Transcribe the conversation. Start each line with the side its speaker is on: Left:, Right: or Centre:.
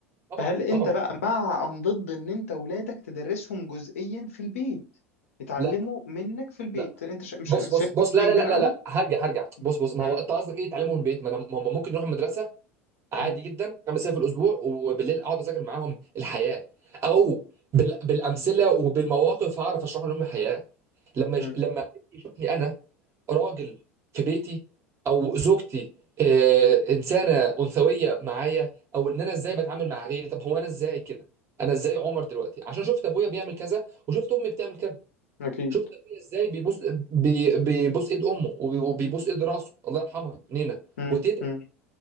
Right: طبعا
Left: فهل انت
Right: طبعا
Left: بقى مع ام ضد ان انت ولادك تدرسهم جزئيا في البيت يتعلموا
Right: لا
Left: منك في البيت
Right: لا
Left: انت شا... مش
Right: بص
Left: شايف
Right: بص بص
Left: مسؤوليه
Right: لا لا
Left: كبيره
Right: لا لا
Left: قوي
Right: لا هرجع هرجع
Left: مم.
Right: بص بص ما
Left: مم.
Right: هو انت قصدك ايه تعلمه من البيت ما انا ما هم ممكن نروح المدرسه عادي
Left: مم.
Right: جدا خمس ايام في الاسبوع وبالليل اقعد اذاكر معاهم الحياه او بال... بالامثله وبالمواقف هعرف اشرح لهم الحياه لما
Left: مم.
Right: يش... لما يشوفني انا راجل في بيتي او زوجتي آه، انسانه انثويه معايا او ان انا ازاي بتعامل مع غيري طب هو انا ازاي كده انا ازاي عمر دلوقتي عشان شفت ابويا بيعمل كذا وشفت امي بتعمل كذا
Left: اكيد
Right: شفت ابويا ازاي بيبوس بي... بيبوس ايد امه وبي- وبيبوس ايد راسه الله يرحمها نينا
Left: مم.
Right: وتيتا
Left: مم.